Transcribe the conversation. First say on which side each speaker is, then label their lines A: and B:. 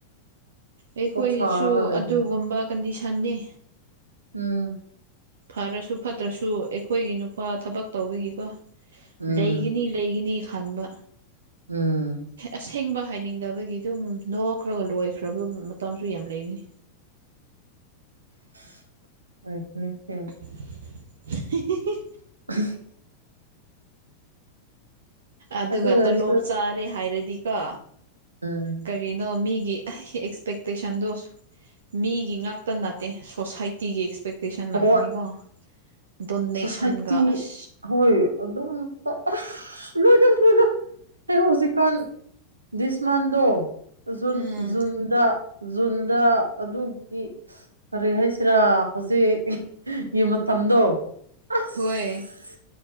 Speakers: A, on the right; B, on the right.
A: ꯑꯩꯈꯣꯏꯁꯨ
B: ꯀꯣꯛ ꯁꯥꯔꯒ ꯂꯩꯕꯅꯤ
A: ꯑꯗꯨꯒꯨꯝꯕ ꯀꯟꯗꯤꯁꯟꯅꯤ
B: ꯎꯝ
A: ꯐꯔꯁꯨ ꯐꯠꯇ꯭ꯔꯁꯨ ꯑꯩꯈꯣꯏꯒꯤ ꯅꯨꯄꯥ ꯊꯕꯛ ꯇꯧꯕꯒꯤꯀꯣ
B: ꯎꯝ
A: ꯂꯩꯒꯅꯤ ꯂꯩꯒꯅꯤ ꯈꯟꯕ
B: ꯎꯝ
A: ꯑꯁꯦꯡꯕ ꯍꯥꯏꯅꯤꯡꯗꯕꯒꯤ ꯑꯗꯨꯝ ꯅꯣꯛꯈ꯭ꯔꯒ ꯂꯣꯏꯈ꯭ꯔꯕ ꯃꯇꯝꯁꯨ ꯌꯥꯝ ꯂꯩꯕꯅꯤ
B: ꯑꯝ ꯑꯝ ꯑꯝ
A: <unintelligible>
B: <inaudible>
A: ꯑꯗꯨꯒ
B: ꯑꯗꯨ ꯑꯣꯏꯔꯁꯨ
A: ꯇꯣꯂꯣꯞ ꯆꯥꯔꯦ ꯍꯥꯏꯔꯗꯤꯀꯣ
B: ꯎꯝ
A: ꯀꯔꯤꯅꯣ ꯃꯤꯒꯤ ꯑꯦꯛꯁꯄꯦꯛꯇꯦꯁꯟꯗꯣ ꯃꯤꯒꯤ ꯉꯛꯇ ꯅꯠꯇꯦ ꯁꯣꯁꯥꯏꯇꯤꯒꯤ ꯑꯦꯛꯁꯄꯦꯛꯇꯦꯁꯟ
B: ꯍꯣꯏ
A: ꯂꯥꯛꯀꯅꯤꯀꯣ ꯗꯣꯅꯦꯁꯟꯒ
B: ꯁꯣꯁꯥꯏꯇꯤ
A: ꯑꯁ
B: ꯍꯣꯏ ꯑꯗꯨꯝ <unintelligible> ꯑꯁ ꯂꯣꯏ <unintelligible> ꯑꯩ ꯍꯧꯖꯤꯛꯀꯥꯟ ꯗꯤꯁ ꯃꯥꯟꯗꯣ ꯖꯨꯟ
A: ꯎꯝ
B: ꯖꯨꯟꯗ ꯖꯨꯟꯗ ꯑꯗꯨꯒꯤ ꯀꯔꯤ ꯍꯥꯏꯁꯤꯔꯥ ꯍꯧꯖꯤꯛ ꯌꯨ ꯃꯇꯝꯗꯣ ꯑꯁ
A: ꯍꯣꯢ